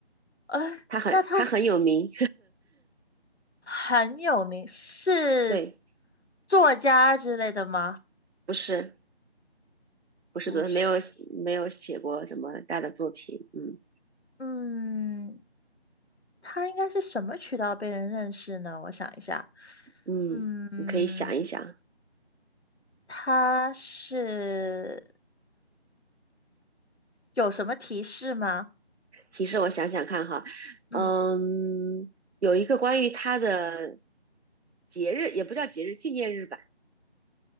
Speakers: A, on the left (about 80°); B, on the right (about 80°).
A: 哎，
B: 他很他很有名，
A: 那他是很有名，是
B: <laughs> 对，
A: 作家之类的吗？
B: 不是。不是昨天没有
A: 不是，
B: 没有写过什么大的作品，嗯
A: 嗯，他应该是什么渠道被人认识呢？我想一下，
B: 嗯，
A: 嗯，
B: 你可以想一想，
A: 他是有什么提示吗？
B: 提示我想想看哈，
A: 嗯
B: 嗯，有一个关于他的节日，也不叫节日，纪念日吧，